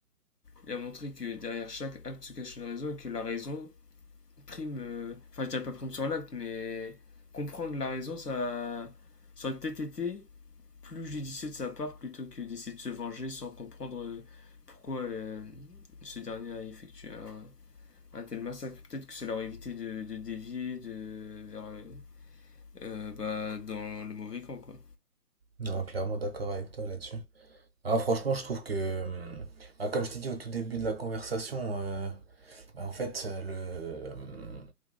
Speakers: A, on the left; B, on the right.
A: Il a montré que derrière chaque acte se cache une raison et que la raison prime. euh, Enfin, je dirais pas prime sur l'acte, mais comprendre la raison, ça, ça aurait peut-être été plus judicieux de sa part plutôt que d'essayer de se venger sans comprendre euh, pourquoi euh, ce dernier a effectué un, un tel massacre. Peut-être que ça leur aurait évité de, de dévier de, vers euh, euh, bah, dans le mauvais camp, quoi.
B: Non, clairement d'accord avec toi là-dessus. Ah, franchement, je trouve que, hum, bah, comme je t'ai dit au tout début de la conversation, euh, bah, en fait, euh, le, hum,